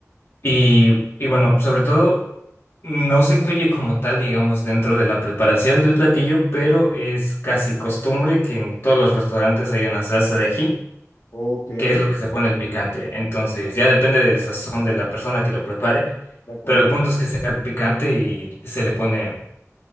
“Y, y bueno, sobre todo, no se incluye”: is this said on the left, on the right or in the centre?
Left